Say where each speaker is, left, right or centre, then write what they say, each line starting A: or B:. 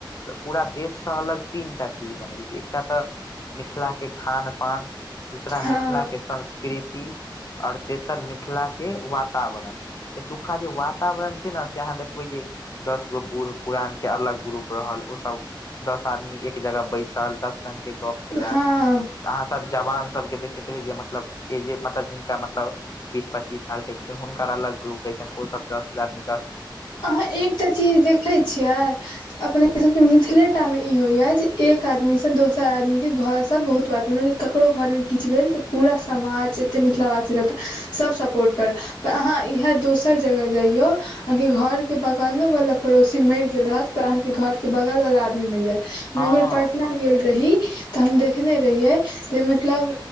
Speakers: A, on the left; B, on the left.
A: पूरा देशसँ अलग तीन टा चीज बनबै छै, एकटा तऽ। मिथिला के खान-पान। दूसरा मिथिला
B: हँ
A: के संस्कृति, और तेसर मिथिला के। के वातावरण एतुका जे वातावरण छै, ने से अहाँ देखबै जे दस गो बूढ़। पुरान के अलग ग्रुप रहल, ओ सब दस आदमी एक जगह बैसल दस रंग के। केलक
B: हँ
A: अहाँ सब जवान सबके देखेबै, जे मतलब ए जे मतलब जिनका मतब। मतलब बीस पच्चीस साल के हुनकर अलग ग्रुप रहे छनि, ओ सब दस हजारमी।
B: अहाँ एकटा चीज देखैत छियै। अपने सबके मिथिलेटा में ई होइया जे एक आदमीसँ, दोसर आदमीके घरसँ बहुत बात म। ककरो घरमे किछु भेल, तऽ पूरा समाज जते मिथिलावासी रहतै, सब सपोर्ट। कर पर अहाँ इएह दोसर जगह जइयौ। आं के घर के बगलो वाला पड़ोसी मरि गेल रहत, पर आहं के घर के बगल वाल आदमी न जायत। हम
A: हँ
B: एकबर पटना गेल रही। तऽ हम देखने रहियै, जे मतलब